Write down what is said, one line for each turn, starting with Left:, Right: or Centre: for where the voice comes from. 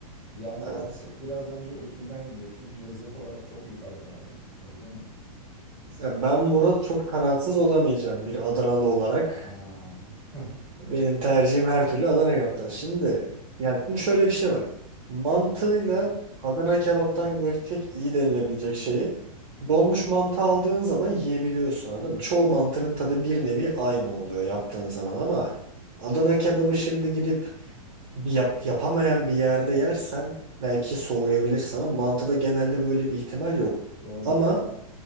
Centre: Yani
Right: Evet.
Centre: artık biraz bence usulden gidecek. Çünkü lezzet olarak çok yukarıdalar yani. Öyle değil mi?
Right: Ya ben burada çok kararsız olamayacağım bir Adanalı olarak.
Centre: Ha.
Right: Benim tercihim her türlü Adana kebaptan. Şimdi yani şimdi şöyle bir şey var. Mantığıyla Adana kebaptan böyle tek iyi denilebilecek şeyi donmuş mantı aldığın zaman yiyebiliyorsun anladın mı? Çoğu mantının tadı bir nevi aynı oluyor yaptığın zaman ama Adana kebabı şimdi gidip yap, yapamayan bir yerde yersen belki soğuyabilirsin ama mantıda genelde böyle bir ihtimal yok.
Centre: <laughs> Doğru.
Right: Ama